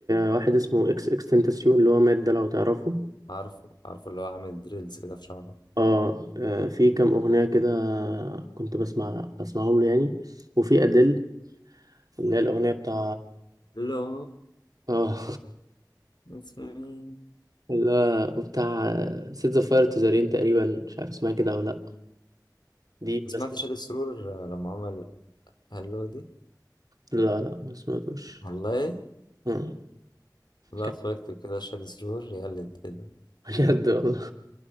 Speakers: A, on the right; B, on the left.
A: واحد اسمه اكس اكس تنتاسيون اللي هو مات ده لو تعرفه
B: عارفه عارفه اللي هو عامل دريلز كده في شعره
A: اه آه، في كام اغنيه كده كنت بسمع بسمعهم له يعني وفي ادل اللي هي الاغنيه بتاع
B: لو
A: اه
B: اسمي
A: <laughs> اللي هو بتاع سيت ذا فاير تو ذا رين تقريبا مش عارف اسمها كده ولا لا دي
B: سمعت
A: بس
B: شادي سرور لما عمل هلو دي
A: لا لا ما سمعتوش
B: والله
A: آه،
B: بقى
A: ك-
B: اتفرجت كده شاد سرور يقلد كده
A: <laughs> بجد والله